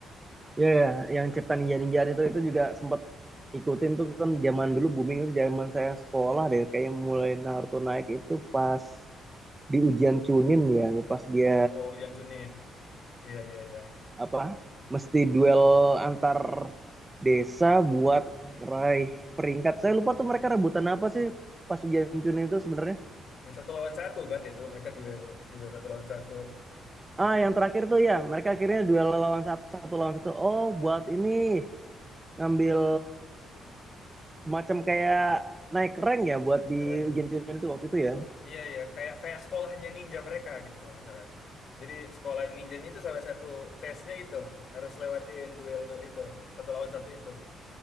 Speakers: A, on the right; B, on the left.
A: ya ya yang cerita ninja ninjaan itu itu juga sempat ikutin tuh kan zaman dulu booming itu zaman saya sekolah deh kayak mulai Naruto naik itu pas di ujian Chunin ya pas dia
B: Oh, Janjunin. Iya, iya, iya.
A: apa mesti duel antar desa buat raih peringkat saya lupa tuh mereka rebutan apa sih pas ujian Chunin itu sebenarnya
B: Yang satu lawan satu kan itu mereka duel duel satu lawan satu
A: ah yang terakhir tuh ya mereka akhirnya duel lawan satu, satu lawan satu oh buat ini ngambil Macam kayak naik rank ya buat di
B: rank.
A: ujian-ujian itu waktu itu ya.
B: Oh iya iya kayak kayak sekolahnya ninja mereka gitu kalau nggak salah. Jadi sekolah ninjanya itu salah satu tesnya itu harus lewatin duel duel itu satu lawan satu itu.